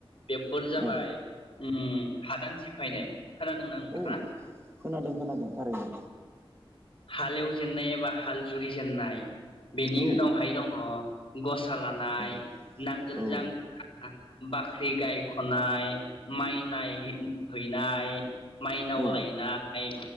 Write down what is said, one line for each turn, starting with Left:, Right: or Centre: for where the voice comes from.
Left: बेफोर जाबाय
Right: औ
Left: उम हादान सिफायनाय खोनादोंना नोंथाङा
Right: औ खोनादों खोनादों थारैनो
Left: हालेवजेननायबा हाल जुरि जेननाय बेनि
Right: औ
Left: उनावहाय दङ गस सा लानाय
Right: औ
Left: नांगोल
Right: औ
Left: जांख्रा बाख्रि गाय ख'नाय माइ नाय हैनाय माइनाव
Right: औ
Left: लायनाय